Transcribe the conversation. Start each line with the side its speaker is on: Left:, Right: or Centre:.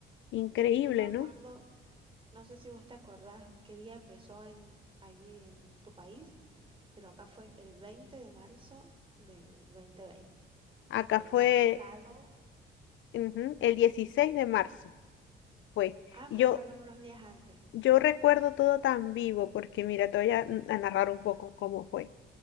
Left: Increíble,
Right: Y yo me acuerdo,
Left: ¿no?
Right: no sé si vos te acordás qué día empezó en, ahí en tu país, pero acá fue el 20 de marzo del 2020.
Left: Acá
Right: Me quedó
Left: fue
Right: marcado.
Left: ujú, el 16 de marzo, fue.
Right: Ah, empezaron
Left: Y Yo,
Right: unos días antes.
Left: yo recuerdo todo tan vivo, porque mira, te voy a, mm, a narrar un poco cómo fue.